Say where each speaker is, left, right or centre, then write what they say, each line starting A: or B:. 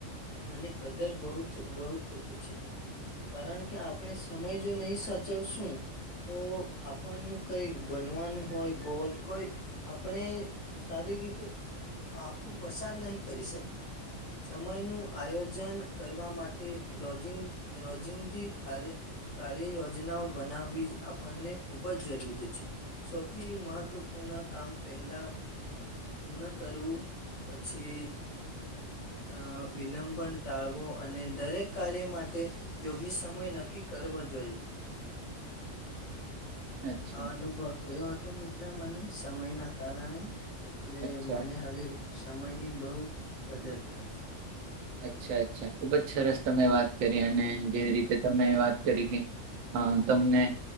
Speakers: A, on the left (about 85°); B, on the right (about 85°).
A: મને કદર બહુ બહુ થતી છે. કારણ કે આપણે સમય જો નહી સાચવશું તો આપણનું કઈ બનવાનું હોય ગોલ કોઈ આપણે સારી રીતે આખું પસાર નહી કરી શકતા. સમય નું આયોજન કરવા માટે રોજ રોજિંદી કાર્ય કાર્ય યોજનાઓ બનાવવી આપણને ખૂબ જ જરૂરી છે. સૌથી મહત્વપૂર્ણ કામ પહેલા પૂર્ણ કરવું પછી અ વિલંબન ટાળવો અને દરેક કાર્ય માટે યોગ્ય સમય નક્કી કરવો જોઈએ.
B: અચ્છા
A: આ અનુભવ થયો હતો મિત્ર મને સમય ના કારણે એટલે
B: અચ્છા
A: મને હવે સમય ની બહું કદર થાય છે.
B: અચ્છા અચ્છા ખુબ જ સરસ તમે વાત કરી અને જે રીતે તમે વાત કરી કે હ તમને